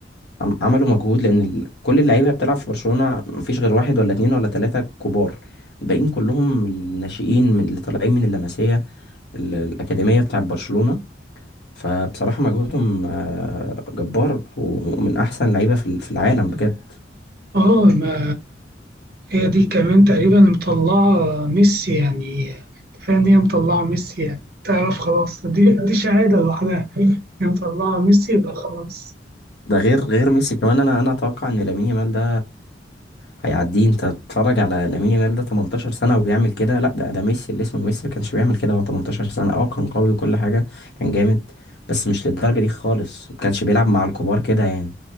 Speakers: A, on the left (about 65°); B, on the right (about 55°).
A: عملوا مجهود لان ال- كل اللعيبة بتلعب في برشلونة مفيش غير واحد ولا اتنين ولا تلاتة كبار الباقيين كلهم الناشئين من اللي طالعين من اللمسية ال- الأكاديمية بتاعة برشلونة فبصراحة مجهودهم آه، جبار ومن احسن لعيبة في ال- في العالم بجد
B: اه ما هي دي كمان تقريبا مطلعة ميسي يعني كفاية إن هي مطلعة ميسي يعني تعرف خلاص دي دي شهادة لوحدها هي مطلعة ميسي يبقى خلاص
A: ده غير غير ميسي كمان انا انا اتوقع ان لامين يامال ده هيعديه انت تتفرج على لامين يامال ده 18 سنه وبيعمل كده لا ده ده ميسي اللي اسمه ميسي ما كانش بيعمل كده هو 18 سنه اه كان قوي وكل حاجه كان جامد بس مش للدرجه دي خالص ما كانش بيلعب مع الكبار كده يعني